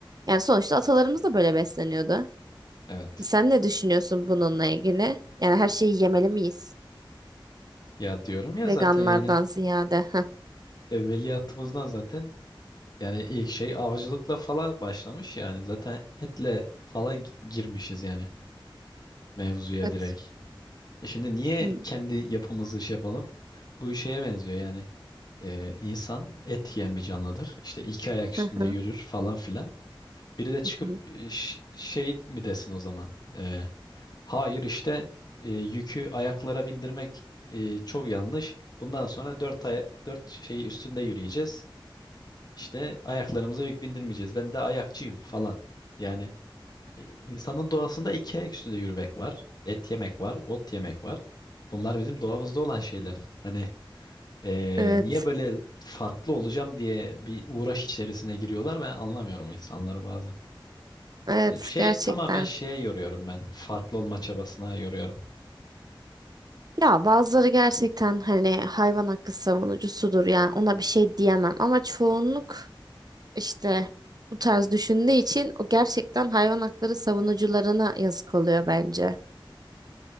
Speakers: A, on the right; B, on the left.
A: Yani sonuçta atalarımız da böyle besleniyordu.
B: Evet.
A: Sen ne düşünüyorsun bununla ilgili? Yani her şeyi yemeli miyiz?
B: Ya diyorum ya
A: Veganlardan
B: zaten yani
A: ziyade. Heh.
B: evveliyatımızdan zaten yani ilk şey avcılıkla falan başlamış yani zaten etle falan gi- girmişiz yani mevzuya
A: Evet.
B: direkt. E şimdi niye
A: Hı
B: kendi yapımızı şey yapalım? Bu şeye benziyor yani E, insan et yiyen bir canlıdır. İşte iki ayak üstünde
A: hı.
B: yürür falan filan. Biri de çıkıp
A: hı.
B: e, ş- şey mi desin o zaman? E, hayır işte e, yükü ayaklara bindirmek e, çok yanlış. Bundan sonra dört aya dört şeyi üstünde yürüyeceğiz. İşte ayaklarımıza yük bindirmeyeceğiz. Ben de ayakçıyım falan. Yani e, insanın doğasında iki ayak üstünde yürümek var. Et yemek var, ot yemek var. Bunlar bizim doğamızda olan şeyler. Hani e,
A: Evet,
B: niye böyle farklı olacağım diye bir uğraş içerisine giriyorlar ben anlamıyorum insanları bazen.
A: evet
B: E, Şey
A: gerçekten.
B: tamamen şeye yoruyorum ben. Farklı olma çabasına yoruyorum.
A: Ya bazıları gerçekten hani hayvan hakkı savunucusudur yani ona bir şey diyemem ama çoğunluk işte bu tarz düşündüğü için o gerçekten hayvan hakları savunucularına yazık oluyor bence.